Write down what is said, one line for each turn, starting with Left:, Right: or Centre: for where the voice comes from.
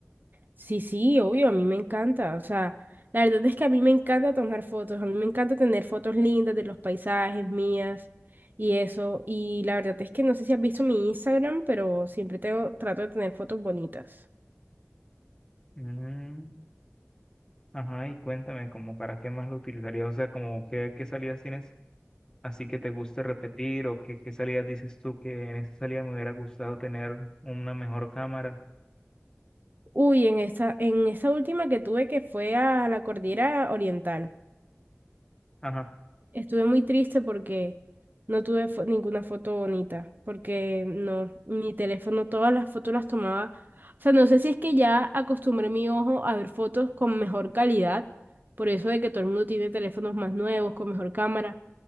Right: Sí, sí, obvio, a mí me encanta. O sea, la verdad es que a mí me encanta tomar fotos, a mí me encanta tener fotos lindas de los paisajes mías y eso. Y la verdad es que no sé si has visto mi Instagram, pero siempre tengo, trato de tener fotos bonitas.
Left: Mm, ajá, y cuéntame, como para qué más lo utilizarías? O sea, como qué, qué salidas tienes así que te guste repetir o qué, qué salidas dices tú que en esa salida me hubiera gustado tener una mejor cámara.
Right: Uy, en esta, en esta última que tuve que fue a la cordillera oriental.
Left: Ajá.
Right: Estuve muy triste porque no tuve fo- ninguna foto bonita, porque no, mi teléfono, todas las fotos las tomaba. O sea, no sé si es que ya acostumbré mi ojo a ver fotos con mejor calidad, por eso de que todo el mundo tiene teléfonos más nuevos, con mejor cámara,